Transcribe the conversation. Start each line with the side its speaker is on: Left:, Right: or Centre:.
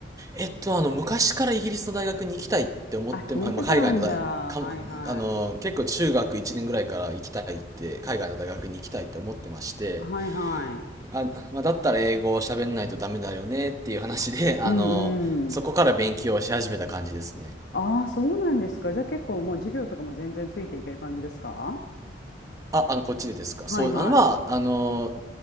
Right: えっと、あの、昔からイギリスの大学に行きたいって思っても、
Left: あ、決めてたんだ。
Right: あ、まあ、海外の大、かも、
Left: はいはい。
Right: あの、結構中学1年ぐらいから行きたいって、海外の大学に行きたいって思ってまして、
Left: はいはい。
Right: あ、まあ、だったら英語を喋んないとダメだよねっていう話で、<laughs> あの、
Left: うんうん。
Right: そこから勉強をし始めた感じですね。
Left: ああ、そうなんですか。じゃあ結構もう授業とかも全然ついていける感じですか
Right: あ、あの、こっちでですか。
Left: はいはい。
Right: そう、あの、まあ、あの、